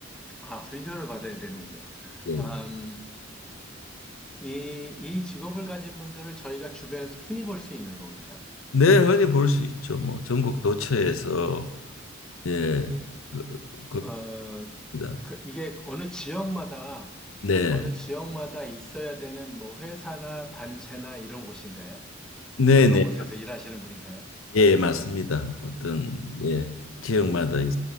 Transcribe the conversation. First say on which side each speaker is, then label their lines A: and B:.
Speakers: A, in the centre; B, on the left (about 80°).
A: 아, 훈련을 받아야 되는군요.
B: 예.
A: 아, 음, 이, 이 직업을 가진 분들을 저희가 주변에서 흔히 볼 수 있는 건가요?
B: 네, 흔히 볼 수 있죠. 뭐 전국 도처에서 예,
A: 예,
B: 그,
A: 어,
B: 그렇습니다.
A: 그 이게 어느 지역마다,
B: 네,
A: 어느 지역마다 있어야 되는 뭐 회사나 단체나 이런 곳인가요?
B: 네,
A: 그런
B: 네.
A: 곳에서 일하시는 분인가요?
B: 예, 맞습니다. 어떤 예, 지역마다 있,